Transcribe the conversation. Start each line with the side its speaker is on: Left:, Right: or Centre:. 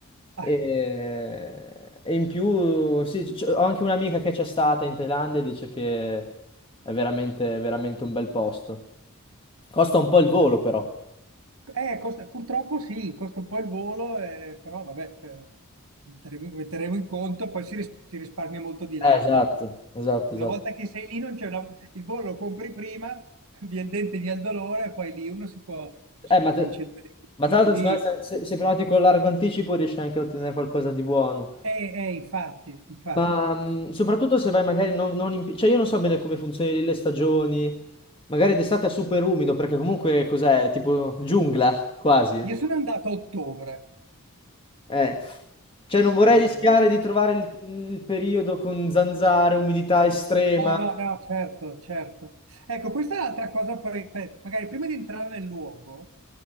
Right: <laughs>
Left: E, e in più, sì, c- ho anche un'amica che c'è stata in Thailandia e dice che è veramente, veramente un bel posto. Costa un po' il volo, però.
Right: Eh, costa- purtroppo sì, costa un po' il volo, eh, però vabbè, eh, metteremo, metteremo in conto, poi si, ris- si risparmia molto di là.
Left: Eh, esatto,
Right: dopo.
Left: esatto,
Right: Una
Left: esatto.
Right: volta che sei lì, non c'è una- il volo lo compri prima, <laughs> via il dente, via il dolore, e poi lì uno si può, si
Left: Eh, ma,
Right: può
Left: te-
Right: concedere gli sfizi.
Left: ma tra l'altro, secondo me, se, se, se prenoti con largo anticipo riesci anche a ottenere qualcosa di buono.
Right: Eh, eh, infatti, infatti.
Left: Ma mh, soprattutto se vai magari non, non in... pi- Cioè, io non so bene come funzionano le stagioni. Magari d'estate è super umido, perché comunque cos'è? Tipo giungla, quasi.
Right: Io sono andato a ottobre,
Left: Eh. Cioè, non vorrei
Right: eh,
Left: rischiare di trovare il, il periodo con zanzare, umidità estrema.
Right: No, no, no, certo, certo. Ecco, questa è l'altra cosa, poi, eh, magari prima di entrare nel luogo,